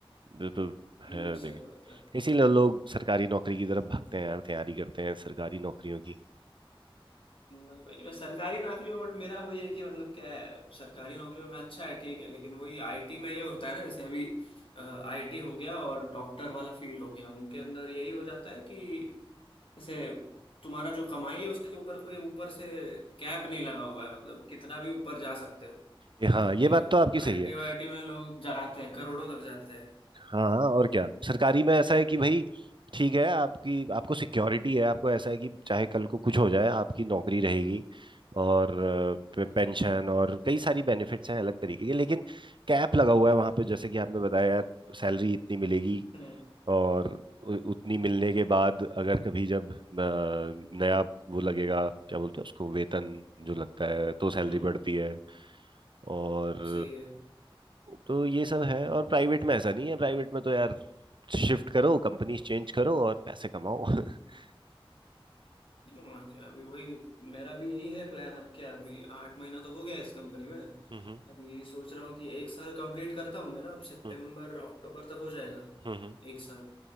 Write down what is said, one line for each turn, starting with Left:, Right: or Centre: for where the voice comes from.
Right: ये तो
Left: हम्म,
Right: है देखिए
Left: सही बात है
Right: इसीलिए लोग सरकारी नौकरी की तरफ भागते हैं यार तैयारी करते हैं सरकारी नौकरियों की
Left: वही वही बस सरकारी नौकरियों बट मेरा वही है कि मतलब क्या है सरकारी नौकरियों में अच्छा है ठीक है लेकिन वही आईटी में ये होता है ना जैसे अभी आईटी हो गया और डॉक्टर वाला फील्ड हो गया उनके अंदर यही हो जाता है कि जैसे तुम्हारा जो कमाई है उसके ऊपर कोई ऊपर से कैप नहीं लगा हुआ है मतलब कितना भी ऊपर जा सकते हो
Right: ए, हाँ
Left: कि
Right: ये बात तो आपकी सही
Left: आईटी
Right: है
Left: वाईटी में लोग जाते हैं करोड़ों तक जाते हैं
Right: हाँ हाँ, और क्या सरकारी में ऐसा है कि भाई ठीक है आपकी आपको सिक्योरिटी है आपको ऐसा है कि चाहे कल को कुछ हो जाए आपकी नौकरी रहेगी और पेंशन और कई सारी बेनिफिट्स हैं अलग तरीके के लेकिन कैप लगा हुआ है वहां पे जैसे कि आपने बताया यार सैलरी इतनी मिलेगी
Left: हम्म
Right: और उ- उतनी मिलने के बाद अगर कभी जब अ, नया वो लगेगा क्या बोलते हैं उसको वेतन जो लगता है तो सैलरी
Left: हम्म
Right: बढ़ती है और
Left: सही है
Right: तो ये सब है और प्राइवेट में ऐसा नहीं है प्राइवेट में तो यार शिफ्ट करो कंपनी चेंज करो और पैसे कमाओ <laughs>
Left: और क्या अभी वही मेरा भी यही है प्लान अब क्या अभी आठ महीना तो हो गया इस कंपनी में
Right: हम्म
Left: अभी सोच रहा हूँ कि एक साल कंप्लीट करता हूँ मेरा अब सितंबर
Right: हम्म
Left: अक्टूबर तक हो जाएगा
Right: हम्म
Left: एक साल